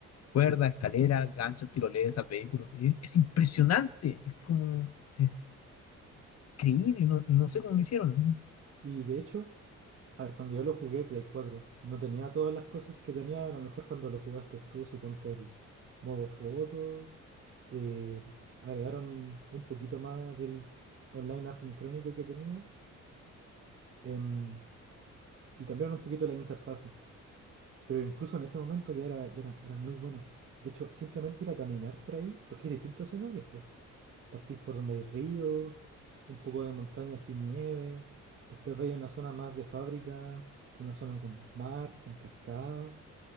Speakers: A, on the left (about 55°); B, on the right (about 45°).
A: Cuerdas, escaleras, ganchos, tirolesas, vehículos. Es, es impresionante, es como es increíble, no, no sé cómo lo hicieron.
B: Y de hecho, a ver, cuando yo lo jugué Play 4 no tenía todas las cosas que tenía, a lo mejor cuando lo jugaste tú, suponte el modo foto, eh, agregaron un poquito más del online asincrónico que tenía, em, y cambiaron un poquito la interfase. Pero incluso en ese momento ya era, ya era, era muy bueno. De hecho, simplemente ir a caminar por ahí, porque hay distintos escenarios, Partís por donde hay río, un poco de montaña sin nieve. Después vais a una zona más de fábrica, una zona con mar, con cascada.